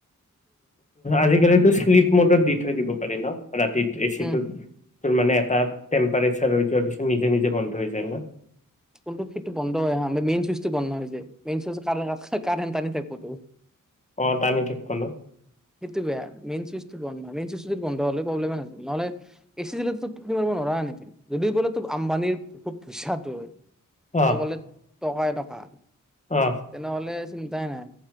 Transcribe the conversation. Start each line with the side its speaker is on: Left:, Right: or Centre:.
Left: আজিকালিটোো স্লিপ মটৰ দি থৈ দিব পাৰি ন ৰাতিত এছতো
Centre: উম,
Left: তোৰ মানে এটা টেম্পাৰেচাৰ ৰ যোৱাৰ পিছত নিজে নিজে বন্ধ হৈ যায় ন
Centre: কোনটো সেইটো বন্ধ হয় অহা মেইন চুইচটো বন্ধ হৈছোয় মেইন চুইচাৰেটনি থাকোতো
Left: অ টানি ঠিকখনো
Centre: সেইটো বেয়া মেইন চুইচ বন্ধ মেইন চুই বন্ধ হলে প্ৰব্লেমে নছিল নহলে এ চি জিলো তুম মাৰ নোৱাৰা নেকি যদিও ক'লে তো আম্বানীৰ বহুত পইচা হয়
Left: অ
Centre: ত ব টকাই টকা
Left: অ
Centre: তেনেহ'লে চিন্তাই নাই